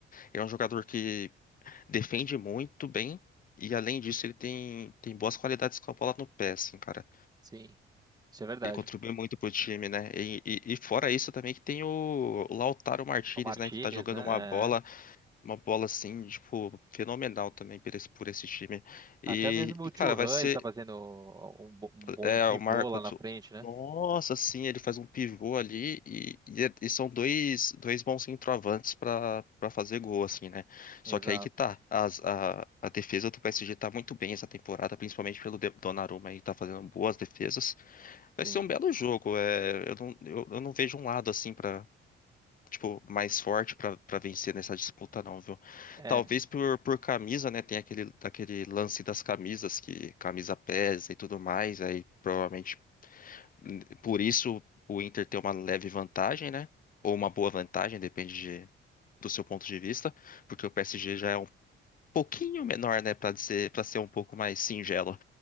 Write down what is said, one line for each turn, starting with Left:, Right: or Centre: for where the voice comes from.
Left: ele é um jogador que defende muito bem e, além disso, ele tem, tem boas qualidades com a bola no pé, assim, cara.
Right: sim. Isso é verdade.
Left: Ele contribuiu muito pro time, né? E, e- e fora isso também que tem o Lautaro Martinez,
Right: O Martinez,
Left: né? Que tá jogando
Right: né?
Left: uma bola,
Right: É.
Left: uma bola assim, tipo, fenomenal também por esse, por esse time. E,
Right: Até mesmo o
Left: e, cara,
Right: Thuram,
Left: vai ser
Right: ele tá fazendo um, bo- um bom
Left: é,
Right: pivô
Left: o Marco.
Right: lá na frente, né?
Left: Nossa, sim, ele faz um pivô ali e, e, é- e são dois, dois bons centroavantes pra para fazer gol, assim, né? Só
Right: Exato.
Left: que aí que tá. As, a, a defesa do PSG tá muito bem essa temporada, principalmente pelo De- Donnarumma aí, tá fazendo boas defesas.
Right: Sim.
Left: Vai ser um belo jogo. É, eu não, eu, eu não vejo um lado assim pra tipo mais forte pra para vencer nessa disputa não, viu?
Right: É.
Left: Talvez por, por camisa, né? Tem aquele aquele lance das camisas que camisa pesa e tudo mais. Aí provavelmente n- por isso o Inter tem uma leve vantagem, né? Ou uma boa vantagem, depende de- do seu ponto de vista, porque o PSG já é um pouquinho menor, né? Para ser para ser um pouco mais singelo